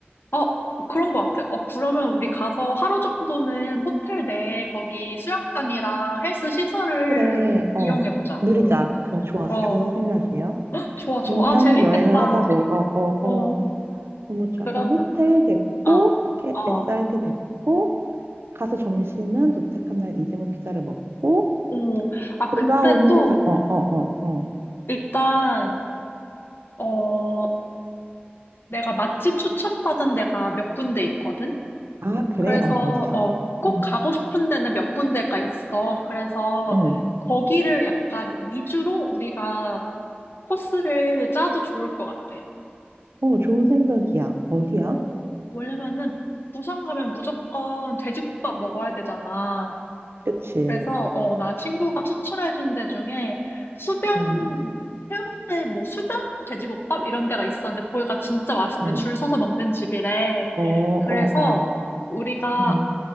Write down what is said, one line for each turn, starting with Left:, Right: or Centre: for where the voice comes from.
Left: 어, 그런 것 같아. 어, 그러면 우리 가서 하루 정도는 호텔 내 거기 수영장이랑 헬스 시설을
Right: 그래, 어.
Left: 이용해 보자.
Right: 누리자.
Left: 응.
Right: 그냥 좋아.
Left: 어.
Right: 좋은 생각이에요.
Left: 좋아,
Right: 건강한
Left: 좋아. 아, 재밌겠다.
Right: 여행을 하자고. 어, 어,
Left: 어,
Right: 어. 너무 좋아.
Left: 그러면,
Right: 그럼 호텔 됐고,
Left: 아,
Right: 이렇게 SRT
Left: 어,
Right: 됐고, 가서 점심은 도착한 날 이재모 피자를 먹고,
Left: 오. 아,
Right: 돌아오는
Left: 근데 또,
Right: 날, 어, 어, 어, 어.
Left: 일단, 어, 내가 맛집 추천받은 데가 몇 군데 있거든?
Right: 아, 그래?
Left: 그래서,
Right: 어, 어디야?
Left: 어, 꼭
Right: 음.
Left: 가고 싶은 데는 몇 군데가 있어. 그래서,
Right: 응.
Left: 거기를 약간 위주로 우리가 코스를 짜도 좋을 것 같아.
Right: 어, 좋은 생각이야. 어디야?
Left: 어, 왜냐면은, 부산 가면 무조건 돼지국밥 먹어야 되잖아.
Right: 그치.
Left: 그래서 어, 나 친구가 추천해준 데 중에 수변
Right: 응,
Left: 해운대 뭐 수변 돼지국밥 이런 데가 있었는데 거기가 진짜 맛있대.
Right: 응.
Left: 줄 서서 먹는 집이래.
Right: 어, 어,
Left: 그래서
Right: 어.
Left: 우리가
Right: 응,